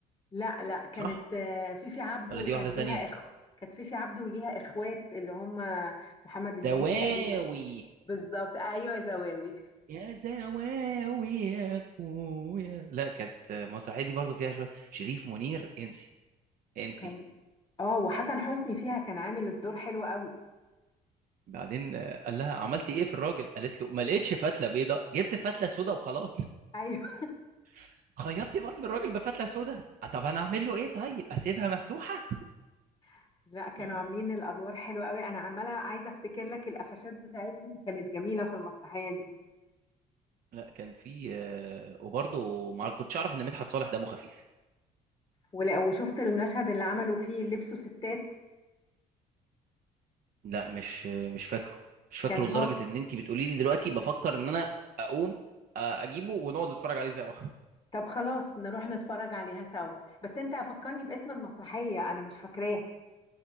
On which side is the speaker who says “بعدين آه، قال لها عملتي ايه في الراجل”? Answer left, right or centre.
Right